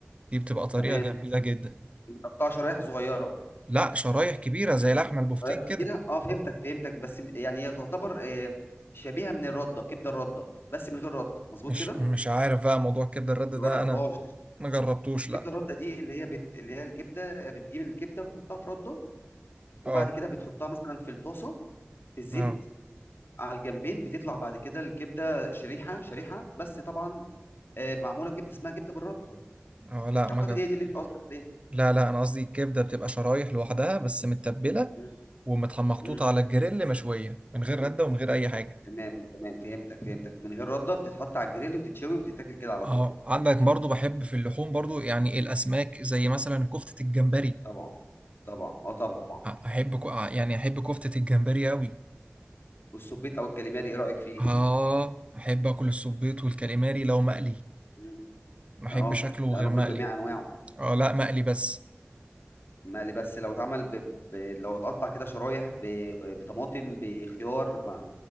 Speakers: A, on the right; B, on the left.
A: دي بتبقى طريقه
B: تمام
A: جميله جدا
B: متقطعه شرايح صغيره
A: لا شرايح كبيره زي لحم البفتيك
B: شرايح كبيره
A: كده
B: اه فهمتك فهمتك بس م- يعني هي تعتبر إيه شبيهه من الرده كبده الرده بس من غير رده مظبوط
A: مش
B: كده
A: مش عارف بقى موضوع كبد الرد
B: ما
A: ده
B: جربتهاش
A: انا ما جربتوش لا
B: كبده رده دي اللي هي بت... اللي هي الكبده بتجيب الكبده وتحطها في رده وبعد
A: اه
B: كده بتحطها مثلا في الطاسه في الزيت
A: اه
B: على الجنبين بتطلع بعد كده الكبده شريحه شريحه بس طبعا آه، معموله كبده اسمها كبده بالرده
A: اه لا ما
B: اعتقد
A: جرب.
B: هي دي اللي انت قصدك عليها
A: لا لا انا قصدي الكبده بتبقى شرايح لوحدها بس متبله
B: مم.
A: ومحطوطه
B: مم.
A: على الجريل مشويه من غير
B: مم.
A: رده ومن غير اي حاجه
B: تمام تمام فهمتك فهمتك من غير رده بتتحط على الجريل وتتشوي وتتاكل كده على
A: اه
B: طول
A: عندك برضو بحب في اللحوم برضو يعني الاسماك زي مثلا كفته الجمبري
B: طبعا طبعا اه طبعا
A: أ- احب كو- آه، يعني احب كفته الجمبري قوي
B: والسبيط او الكاليماري ايه رايك فيه؟
A: اه احب اكل السبيط والكاليماري لو مقلي
B: مم.
A: ما احبش
B: اه
A: شكله
B: ده
A: غير
B: انا باكله
A: مقلي
B: بجميع انواعه
A: اه لا مقلي بس
B: مقلي بس لو اتعمل ب... ب... لو اتقطع كده شرايح ب... بطماطم بخيار ما